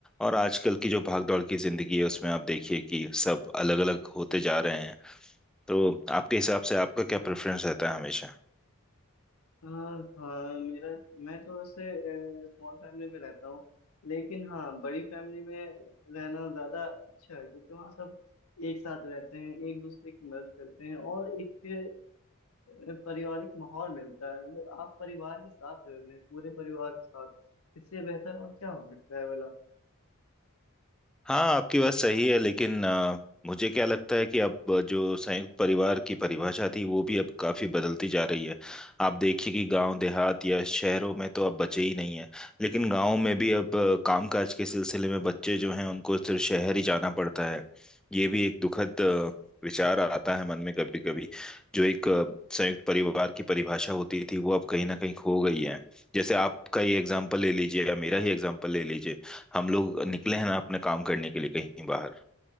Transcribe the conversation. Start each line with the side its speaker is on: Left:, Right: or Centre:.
Centre: और आजकल की जो भागदौड़ की ज़िंदगी है उसमें आप देखिए कि सब अलग-अलग
Left: हम्म,
Centre: होते जा रहे हैं तो आपके हिसाब से आपका क्या प्रेफरेंस रहता है हमेशा
Left: हाँ हाँ मेरा मैं तो वैसे स्मॉल फैमिली में रहता हूँ लेकिन हाँ बड़ी फैमिली में रहना ज़्यादा अच्छा है क्योंकि वहाँ सब एक साथ रहते हैं एक दूसरे की मदद करते हैं और एक अ, पारिवारिक माहौल मिलता है मतलब आप परिवार के साथ रह रहे हैं पूरे परिवार के साथ इससे बेहतर और क्या हो सकता है भला
Centre: हाँ आपकी बात सही है लेकिन अ, मुझे क्या लगता है कि अब जो संयुक्त परिवार की परिभाषा थी वो भी अब काफी बदलती जा रही है आप देखिए कि गांव देहात या शहरों में तो अब बचे ही नहीं है लेकिन गांव में भी अब अ, कामकाज के सिलसिले में बच्चे जो हैं उनको सिर्फ शहर ही जाना पड़ता है ये भी एक दुखद अ, विचार आता है मन में कभी कभी जो एक अ, संयुक्त परिवार की परिभाषा होती थी वो अब कहीं ना कहीं खो गई है जैसे आपका ही एग्जाम्पल ले लीजिए या मेरा ही एग्जाम्पल ले लीजिए हम लोग निकले हैं ना अपने काम करने के लिए कहीं बाहर